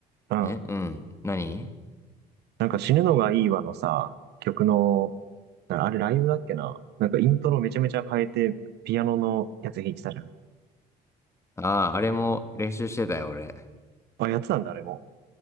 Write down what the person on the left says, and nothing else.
えうん。何
ああー、あれも練習してたよ、俺。